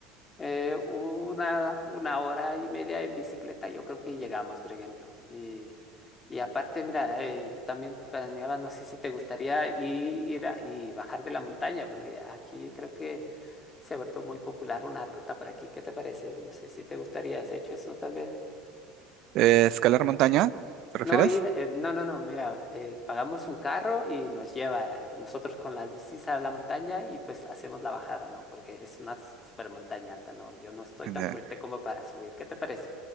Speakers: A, on the left; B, on the right.
A: eh, una, una hora y media en bicicleta, yo creo que llegamos, por ejemplo. Y, y aparte, mira, eh, yo también planeaba, no sé si te gustaría i- ir, a- y bajar de la montaña, porque aquí creo que se ha vuelto muy popular una ruta por aquí. ¿Qué te parece? No sé si te gustaría, ¿has hecho eso también?
B: Eh, escalar montaña, ¿te refieres?
A: No ir, eh, no, no, no, mira, eh, pagamos un carro y nos lleva eh, nosotros con las bicis a la montaña y pues hacemos la bajada, ¿no? Porque es una super montaña alta, ¿no? Yo no estoy
B: Ya.
A: tan fuerte como para subir. ¿Qué te parece?